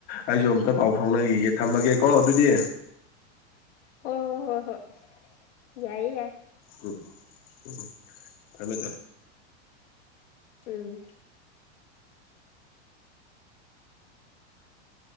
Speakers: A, on the left; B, on the left.
A: ꯑꯩꯁꯨ ꯑꯝꯇ ꯄꯥꯎ ꯐꯥꯎꯅꯈꯤꯒꯦ ꯊꯝꯃꯒꯦꯀꯣ ꯑꯗꯨꯗꯤ
B: ꯍꯣꯏ ꯍꯣꯏ ꯍꯣꯏ ꯍꯣꯏ ꯌꯥꯏ ꯌꯥ
A: ꯎꯝ ꯎꯝ ꯊꯝꯃꯦ
B: ꯎꯝ